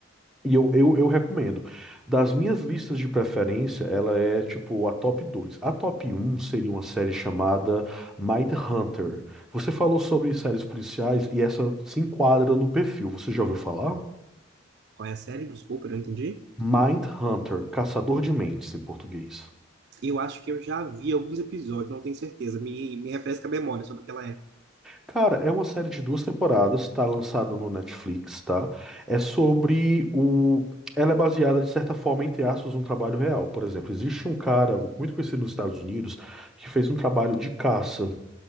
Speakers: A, in the centre; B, on the right.
A: E eu, eu, eu recomendo. Das minhas listas de preferência, ela é tipo a top 2. A top um seria uma série chamada Mindhunter. Você falou sobre séries policiais e essa se enquadra no perfil. Você já ouviu falar?
B: Qual é a série? Desculpa, eu não entendi.
A: Mindhunter, Caçador de Mentes em português.
B: Eu acho que eu já vi alguns episódios, não tenho certeza. Me, me refresca a memória sobre o que ela é.
A: Cara, é uma série de duas temporadas, tá lançado no Netflix, tá? É sobre o. Ela é baseada, de certa forma, entre aspas, num trabalho real. Por exemplo, existe um cara muito conhecido nos Estados Unidos que fez um trabalho de caça.